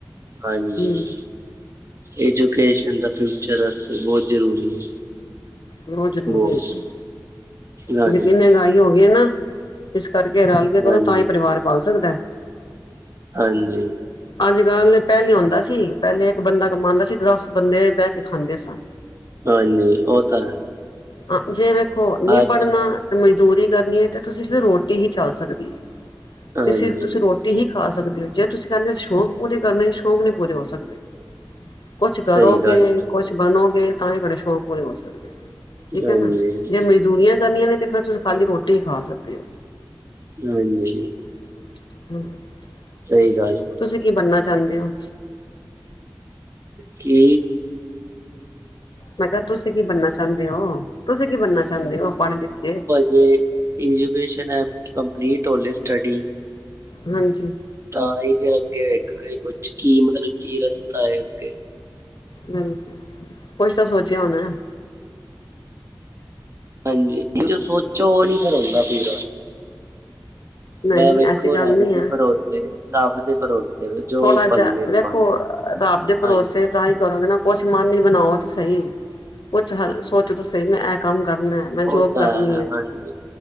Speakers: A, on the right (about 40°); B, on the left (about 70°).
A: ਹਾਂਜੀ।
B: ਹਮ
A: ਐਜੂਕੇਸ਼ਨ ਦਾ ਫਿਊਚਰ ਰਾਸਤੇ ਬਹੁਤ ਜਰੂਰੀ ਹੈ।
B: ਬਹੁਤ ਜ਼ਰੂਰੀ
A: ਬਹੁਤ
B: ਹੈ ਜੀ,
A: ਹਾਂਜੀ
B: ਜਿੰਨੀ ਮਹਿੰਗਾਈ ਹੋ ਗਈ ਨਾ, ਇਸ ਕਰਕੇ ਰਲ ਕੇ ਕਰੋ,
A: ਹਾਂਜੀ
B: ਤਾਂ ਹੀ ਪਰਿਵਾਰ ਪਲ ਸਕਦਾ।
A: ਹਾਂਜੀ।
B: ਅੱਜ-ਕੱਲ, ਪਹਿਲੇ ਆਉਂਦਾ ਸੀ, ਪਹਿਲੇ ਇੱਕ ਬੰਦਾ ਕਮਾਉਦਾ ਸੀ, ਦੱਸ ਬੰਦੇ ਬਹਿ ਕੇ ਖਾਂਦੇ ਸੀ। ਅੱਛਾ,
A: ਹਾਂਜੀ, ਉਹ ਤਾਂ ਹੈ।
B: ਆ ਜੇ ਵੇਖੋ, ਹੋਰ ਨੀ
A: ਅੱਜ
B: ਪੜ੍ਹਨਾ। ਜੇ ਮਜ਼ਦੂਰੀ ਕਰਨੀ ਹੈ, ਤੇ ਤੁਸੀਂ ਸਿਰਫ ਰੋਟੀ ਹੀ, ਚੱਲ ਸਕਦੀ ਹੈ।
A: ਹਾਂਜੀ
B: ਤੇ ਸਿਰਫ ਤੁਸੀਂ ਰੋਟੀ, ਰੋਟੀ ਹੀ ਖਾ ਸਕਦੇ ਹੋ, ਜੇ ਤੁਸੀਂ ਕਹਿੰਦੇ ਸ਼ੌਂਕ ਪੂਰੇ ਕਰਨੇ ਸ਼ੌਂਕ ਨਹੀਂ ਪੂਰੇ ਹੋ ਸਕਦੇ। ਕੁਛ ਕਰੋਗੇ,
A: ਸਹੀ ਗੱਲ ਹੈ।
B: ਕੁਛ ਬਣੋਗੇ ਤਾਂ ਹੀ ਤੁਹਾਡੇ ਸ਼ੌਕ ਪੂਰੇ ਹੋ ਸਕਦੇ ਨੇ। ਠੀਕ
A: ਹਾਂਜੀ
B: ਹੈ ਨਾ, ਜੇ ਮਜ਼ਦੂਰੀਆਂ ਕਰਨੀਆਂ ਨੇ ਤੇ ਫਿਰ ਤੁਸੀਂ ਖਾਲੀ ਰੋਟੀ ਹੀ ਖਾ ਸਕਦੇ ਹੋ।
A: ਨਈ ਨਈ
B: <unintelligible>
A: ਸਹੀ ਗੱਲ
B: ਤੁਸੀਂ ਕੀ ਬਣਨਾ ਚਾਹੁੰਦੇ ਹੋ?
A: ਕਿ।
B: ਮੈਂ ਕਿਹਾ ਤੁਸੀਂ ਕੀ, ਬਣਨਾ ਚਾਹੁੰਦੇ ਹੋ, ਤੁਸੀਂ ਕੀ ਬਣਨਾ ਚਾਹੁੰਦੇ ਹੋ, ਪੜ੍ਹ ਲਿਖ ਕੇ?
A: ਜੇ, ਐਜੂਕੇਸ਼ਨ ਐਪ, ਕੰਪਲੀਟ ਹੋਲੇ ਸਟੱਡੀ।
B: ਹਾਂਜੀ।
A: ਤਾਂ ਹੀ, ਫੇਰ ਅੱਗੇ ਵੇਖਾਂਗੇ ਕੁਛ ਕੀ ਮਤਲਬ ਕੀ ਰਸਤਾ ਹੈ, ਅੱਗੇ।
B: ਹਾਂਜੀ ਕੁਛ ਤਾਂ ਸੋਚਿਆ ਹੋਨਾ?
A: ਹਾਂਜੀ ਜੋ ਸੋਚੋ ਉਹ ਨੀ ਫੇਰ ਹੁੰਦਾ ਫੇਰ।
B: ਨਹੀਂ
A: ਮੈਂ, ਵੇਖੋ
B: ਐਸੀ ਗੱਲ
A: ਰੱਬ
B: ਨਹੀਂ
A: ਦੇ
B: ਹੈ
A: ਭਰੋਸੇ ਰੱਬ ਦੇ ਭਰੋਸੇ ਵੇ ਜੋ
B: ਥੋੜਾ ਜਿਹਾ,
A: ਬੰਨੇ ਤੇ
B: ਵੇਖੋ
A: ਬਣ
B: ਰੱਬ ਦੇ ਭਰੋਸੇ
A: ਹਾਂਜੀ
B: ਤਾ ਹੀ, ਕਰੋਗੇ ਨਾ ਕੁਛ ਮਨ ਇਚ ਬਣਾਓ ਤੇ ਸਹੀ ਕੁਛ ਹ, ਸੋਚੋ ਤਾਂ ਸਹੀ ਮੈਂ ਇਹ ਕੰਮ ਕਰਨਾ। ਮੈਂ
A: ਉਹ
B: ਜੋਬ
A: ਤਾਂ
B: ਕਰਨੀ
A: ਹੈ
B: ਏ
A: ਹਾਂਜੀ